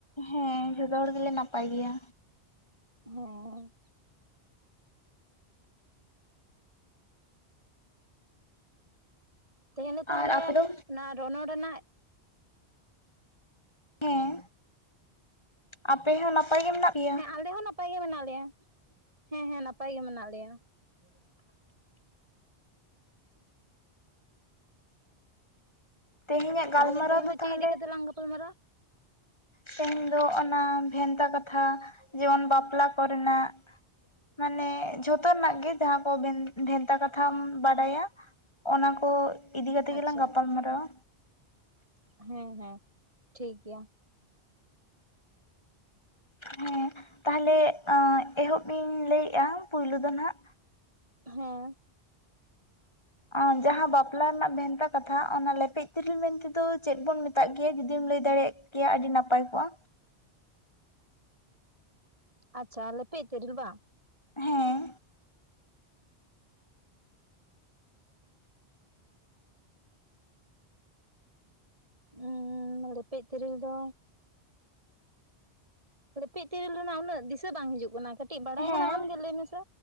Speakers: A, on the left (about 25°); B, on the right (about 30°).
A: ᱦᱮᱸ ᱡᱚᱛᱚ ᱦᱚᱲ ᱜᱮᱞᱮ ᱱᱟᱯᱟᱭ ᱜᱮᱭᱟ᱾
B: ᱦᱚᱸ ᱛᱮᱦᱮᱧ ᱫᱚ ᱛᱟᱦᱚᱞᱮ
A: ᱟᱨ ᱟᱯᱮ ᱫᱚ?
B: ᱚᱱᱟ ᱨᱚᱱᱚᱲ ᱨᱮᱱᱟᱜ
A: ᱦᱮᱸ ᱟᱯᱮ ᱦᱚᱸ ᱱᱟᱯᱟᱭ ᱜᱮ ᱢᱮᱱᱟᱜ ᱯᱮᱭᱟ
B: ᱦᱮᱸ ᱟᱞᱮ ᱦᱚᱸ ᱱᱟᱯᱟᱭ ᱜᱮ ᱢᱮᱱᱟᱜ ᱞᱮᱭᱟ᱾ ᱦᱮᱸ ᱦᱮᱸ ᱱᱟᱯᱟᱭ ᱜᱮ ᱢᱮᱱᱟᱜ ᱞᱮᱭᱟ᱾
A: <inaudible> ᱛᱮᱦᱮᱧᱟᱜᱼᱟ ᱜᱟᱞᱢᱟᱨᱟᱣ
B: ᱛᱟᱦᱚᱞᱮ ᱛᱮᱦᱮᱧ
A: ᱫᱚ ᱛᱟᱦᱚᱞᱮ
B: ᱪᱮᱫ ᱤᱫᱤ ᱠᱟᱛᱮ ᱞᱟᱝ ᱜᱟᱯᱟᱞ ᱢᱟᱨᱟᱜᱼᱟ?
A: ᱛᱮᱦᱮᱧ ᱫᱚ ᱚᱱᱟ ᱵᱷᱮᱱᱛᱟ ᱠᱟᱛᱷᱟ ᱡᱮᱢᱚᱱ ᱵᱟᱯᱞᱟ ᱠᱚᱨᱮᱱᱟᱜ ᱢᱟᱱᱮ ᱡᱷᱚᱛᱚ ᱨᱮᱱᱟᱜ ᱜᱮ ᱡᱟᱦᱟᱸ ᱠᱚ ᱵᱷᱮᱱᱛᱟ ᱠᱟᱛᱷᱟᱢ ᱵᱟᱰᱟᱭᱟ᱾ ᱚᱱᱟ ᱠᱚ ᱤᱫᱤ ᱠᱟᱛᱮ
B: ᱟᱪᱪᱷᱟ
A: ᱜᱮᱞᱟᱝ ᱜᱟᱯᱟᱞ ᱢᱟᱨᱟᱣᱼᱟ᱾
B: ᱦᱮᱸ ᱦᱮᱸ ᱴᱷᱤᱠ ᱜᱮᱭᱟ᱾
A: ᱦᱮᱸ ᱛᱟᱦᱚᱞᱮ ᱟᱸ ᱮᱦᱚᱵ ᱤᱧ ᱞᱟᱹᱭᱮᱫᱼᱟ᱾ ᱯᱩᱭᱞᱩ ᱫᱚ ᱦᱱᱟᱜ
B: ᱦᱮᱸ
A: ᱟᱸ ᱡᱟᱦᱟᱸ ᱵᱟᱯᱞᱟ ᱨᱮᱱᱟᱜ ᱵᱷᱮᱱᱛᱟ ᱠᱟᱛᱷᱟ, ᱚᱱᱟ ᱞᱮᱯᱮᱡ ᱛᱤᱨᱤᱞ ᱢᱮᱱᱛᱮ ᱫᱚ ᱪᱮᱫ ᱵᱚᱱ ᱢᱮᱛ ᱛᱟᱜ ᱢᱮᱛᱟᱜ ᱜᱮᱭᱟ ᱡᱩᱫᱤᱢ ᱞᱟᱹᱭ ᱫᱟᱲᱮᱭᱟᱼᱜ ᱠᱤᱭᱟ ᱟᱹᱰᱤ ᱱᱟᱯᱟᱭ ᱠᱚᱜᱼᱟ᱾
B: ᱟᱪᱪᱷᱟ ᱟᱞᱮᱯᱮ ᱛᱮᱤᱨᱞ ᱵᱟᱝ?
A: ᱦᱮᱸ
B: ᱩᱸ ᱞᱮᱯᱮᱡ ᱛᱮᱤᱨᱤᱞ ᱫᱚ᱾ ᱮᱯᱤᱡ ᱛᱮᱤᱨᱤᱞ ᱨᱮᱱᱟᱜ ᱩᱱᱟᱹᱜ ᱫᱤᱥᱟᱹ ᱵᱟᱝ ᱦᱤᱡᱩᱜ ᱠᱟᱱᱟ᱾ ᱠᱟᱹᱴᱤᱡ ᱵᱟᱲᱟᱭ
A: ᱦᱮᱸ
B: ᱠᱟᱱᱟᱢ ᱟᱢ ᱜᱮᱮ ᱞᱟᱹᱭ ᱢᱮᱥᱮ᱾